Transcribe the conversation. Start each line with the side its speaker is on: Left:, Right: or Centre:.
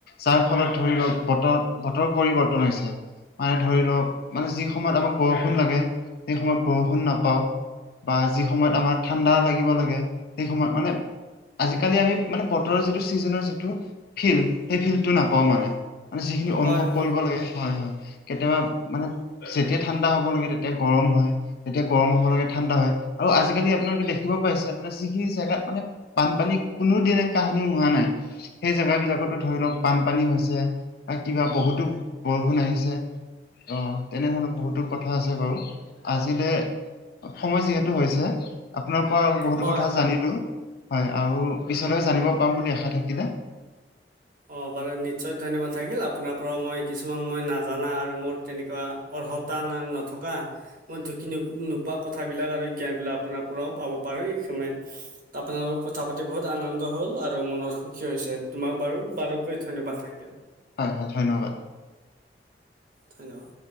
Left: যাৰফলত ধৰি লওক বতৰত, বতৰৰ পৰিৱৰ্তন হৈছে। মানে ধৰি লওক, মানে যি সময়ত আমাক বৰষুণ লাগে সেই সময়ত বৰষুণ নাপাওঁ। বা যি সময়ত আমাৰ ঠাণ্ডা লাগিব লাগে সেই সময়ত মানে আজিকালি আমি মানে বতৰৰ যিটো ছিজনৰ যিটো ফিল্ড সেই ফিল্ডটো নাপাওঁ মানে। মানে যিখিনি অনুভৱ
Right: হয় হয়
Left: কৰিব লাগে হয় হয় কেতিয়াবা মানে যেতিয়া ঠাণ্ডা হ'ব লাগে তেতিয়া গৰম হয়। তেতিয়া গৰম হ'ব লাগে ঠাণ্ডা হয় আৰু আজিকালি আপোনালোকে দেখিব পাইছে আপোনে যিখিনি জেগাত মানে বানপানী কোনোদিনে কাহিনীও হোৱা নাই সেইজেগা বিলাকতো ধৰি লওক বানপানী হৈছে বা কিবা বহুতো বৰষুণ আহিছে। অ' তেনে ধৰণৰ বহুতো কথা আছে বাৰু আজিলে সময় যিহেতু হৈছে আপোনাৰ পৰা বহুতো
Right: হয়
Left: কথা
Right: হয়
Left: জানিলো
Right: হয়
Left: হয় আৰু পিছলৈ জানিব পাম বুলি আশা থাকিলে
Right: অ' বাৰু নিশ্চয় ধন্যবাদ থাকিল আপোনাৰ পৰা মই কিছুমান মই নাজানা আৰু মোৰ তেনেকুৱা অৰ্হতা ন নথকা মই ঢুকি নোপোৱা কথাবিলাক আৰু জ্ঞানবিলাক আপোনাৰ পৰাও পাব পাৰোঁ এইসময় আপোনাৰ লগত কথা পাতি বহুত আনন্দ হ'ল আৰু মনৰ সুখী হৈছে, তোমাক বাৰু বাৰুকৈ ধন্যবাদ থাকিল।
Left: হয়, হয় ধন্যবাদ।
Right: ধন্যবাদ।